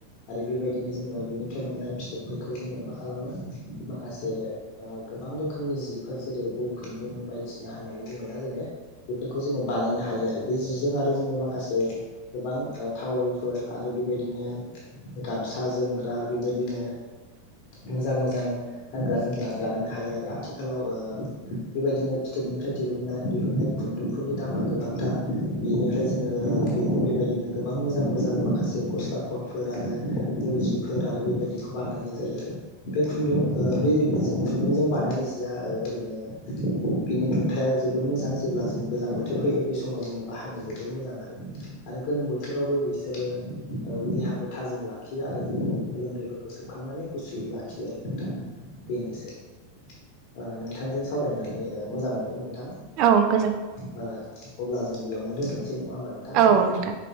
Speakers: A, on the left (about 45°); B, on the right (about 40°).
A: आरो बेबायदिनो जोङो बेनिफ्राय मोननाय फिथोबफोरखौ जोङो मा खालामो माखासे ओ गोब बां रोखोमनि जिफोर जेरै उल खुनदुं बायदिसिना होननानै बुङोना जोङो बेफोरखौ जोङो बानायनो हायो आरो बे जिजों आरो जोङो माखासे गोबां टावेलफोर आरो बेबायदिनो गामसा जोमग्रा बेबायदिनो मोजां मोजां गानग्रा जोमग्रा बानायायनो हायो आरो आथिखालाव ओ बेबायदिनो फिथोबनिफ्राय दिरुंनाय दिहुननाय खुनदुंफोरनि दामा गोबांथार बेनिफ्राय जोङो बेबायदि दिनो गोबां मोजां मोजां माखासे गस्ला ख'थ फोर आरो उलसिफोर आरो बेबायदिखौ बानायनाय जायो आरो बे खुनदुं ओ बे खुन्दुंजों बानायनाय जिया ओ ओरैनो बिनि दुंथाया जोबोद मोजां जेब्ला जों गोजां बोथोर फैयो बे समाव जोङो बाहायनो जोबोर मोजां आरो आरो गोलोम बोथोरावबो बिसोरो ओ देहा खौ थाजिम लाखियो आरो जोंनि गोलोमदैफोरखौ सोबखांनानै गुसुयै लाखियो आरो नोंथां बेनोसै ओ नोंथांजों सावरायनानै ओ मोजां मोनदों नोंथां
B: औ गोजोन
A: ओ अब्ला जों बेयावनो दोनथ' सै नङा होमबा नोंथां
B: औ
A: गोजोनथों
B: नोंथां